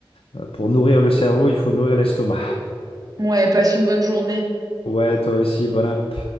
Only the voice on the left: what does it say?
euh, pour nourrir le cerveau, il faut nourrir l'estomac.
Ouais, toi aussi, bon app.